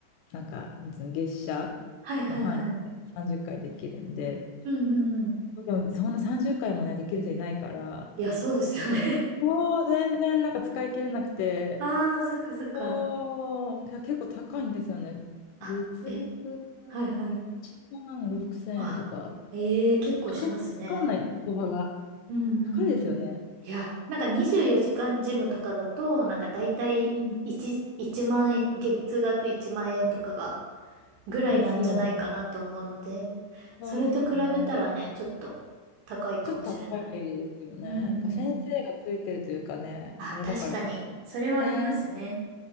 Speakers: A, on the left; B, on the right.
A: なんか、なんつうの、月謝
B: はいはいはい。
A: の範囲で30回できるんで、
B: うんうんうん。
A: でもそんな30回もね、できる人いないから、
B: いや、そうですよね
A: もう全然なんか使い切れなくて、
B: <laughs> ああ、そっかそっか。
A: そうけ結構高いんですよね。
B: あ、
A: 月額
B: え、はいはい。
A: 1万6000円とか、
B: あ、ええ結構しますね。
A: 高い、わかんないです、相場が。
B: うんうんうん。
A: 高いですよね。
B: いや、なんか24時間ジムとかだと、なんかだ大い1、
A: うん。
B: 1万円、月額1万円とかが、ぐらいなんじゃないかなと思うので、
A: ですよね。そうですよね。
B: それと比べたらね、ちょっと高いかもしれない。
A: ちょっと高いですよね。
B: うんうんうん。
A: やっぱ先生がついてるというかね、
B: あ、
A: あれだからかな。
B: 確かに。それはありますね。
A: ね。